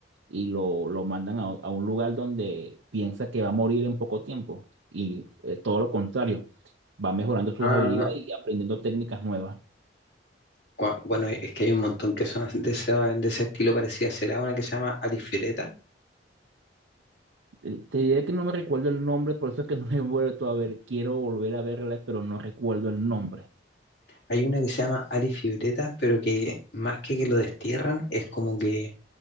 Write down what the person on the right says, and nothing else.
y lo, lo mandan a, a un lugar donde piensa que va a morir en poco tiempo y eh, todo lo contrario, va mejorando sus
habilidades y aprendiendo técnicas nuevas.
Eh, Te diré que no me recuerdo el nombre, por eso es que <laughs> no la he vuelto a ver. Quiero volver a verla, pero no recuerdo el nombre.